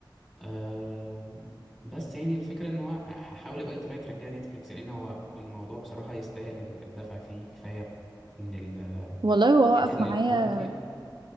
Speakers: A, in the centre; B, on the right.
A: آه، بس يعني الفكره ان هو هحاول باي طريقه ترجع نتفليكس لان هو الموضوع بصراحه يستاهل الدفع فيه كفايه ان ال-
B: والله هو
A: حته
B: وقف
A: ان
B: معايا
A: الكواليتي